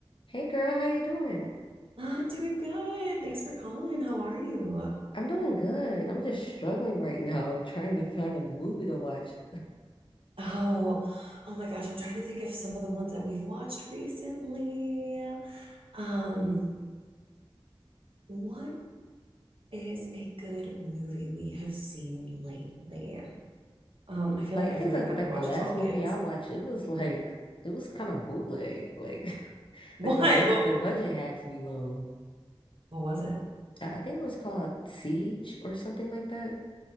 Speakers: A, on the left; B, on the right.
A: Hey girl, how you doing?
B: I'm doing good. Thanks for calling. How are you?
A: I'm doing good. I'm just struggling right now <laughs> trying to find a movie to watch.
B: Oh, oh my gosh, I'm trying to think of some of the ones that we've watched recently. Um, what is a good movie we have seen lately? Um,
A: I think
B: I feel
A: like
B: like everything
A: I think that
B: that
A: like
B: we watch
A: the last
B: is all kids.
A: movie I watched,
B: <laughs>
A: it was like it was kind of bootleg. Like <laughs>
B: What?
A: like the budget
B: Well,
A: the budget had to be low.
B: what was it?
A: I, I think it was called Siege or something like that.